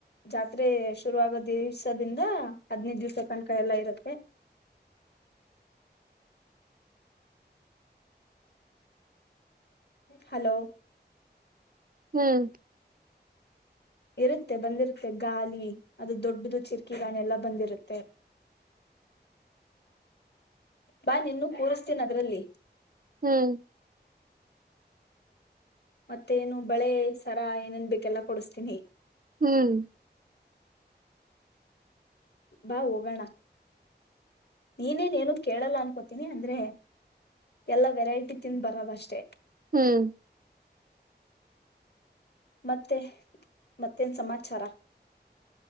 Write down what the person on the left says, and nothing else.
ಜಾತ್ರೆ ಶುರುವಾಗೋ ದಿವಸದಿಂದ ಹದ್ನೈದು ದಿವ್ಸ ತನಕ ಎಲ್ಲ ಇರುತ್ತೆ ಹಲೋ
ಇರುತ್ತೆ ಬಂದಿರುತ್ತೆ ಗಾಲಿ ಅದು ದೊಡ್ಡದು ಚಿರ್ಕಿಗಾಣೆ ಎಲ್ಲ ಬಂದಿರುತ್ತೆ ಬಾ ನಿನ್ನ ಕುರುಸ್ತೀನಿ ಅದರಲ್ಲಿ
ಮತ್ತೇನು ಬಳೆ ಸರಾ ಏನೇನ್ ಬೇಕೆಲ್ಲಾ ಕೊಡಸ್ತೀನಿ
ಬಾ ಹೋಗೋಣ ನೀನೇನೇನು ಕೇಳಲ್ಲ ಅನ್ಕೋತೀನಿ ಅಂದ್ರೆ ಎಲ್ಲ ವೆರೈಟಿ ತಿಿಂದ ಬರದ ಅಷ್ಟೇ
ಮತ್ತೆ ಮತ್ತೇನ್ ಸಮಾಚಾರ